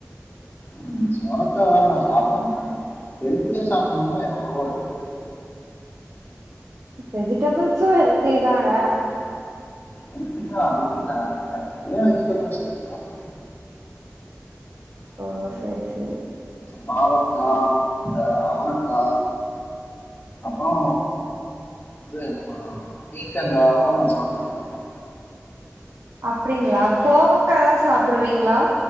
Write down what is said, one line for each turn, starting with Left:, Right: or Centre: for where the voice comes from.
Left: உம் சொரக்காலா நா சாப்புட மாட்ட மம் ஹெல்த்தியா சாப்புண்ணுன்னா எவ்ளவோ இருக்கு
Right: வெஜிடபிள்ஸு ஹெல்த்திதான
Left: ஹெல்த்திதா ஒத்துக்குறே அதுக்கு நெறைய வெஜிடபிள்ஸ் இருக்கு மம்
Right: ஓ சேரி செ
Left: பாவக்கா இந்த அவரக்கா அப்பறோ இது நம்ம பீக்கங்கா அதெல்லா நா சாப்புடவே மாட்டே
Right: அப்டிங்ளா கோவக்கால்லா சாப்புடுவீங்ளா